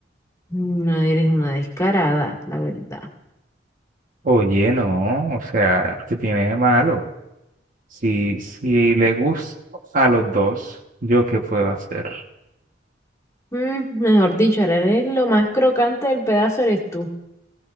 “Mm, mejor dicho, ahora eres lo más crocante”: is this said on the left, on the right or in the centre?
Left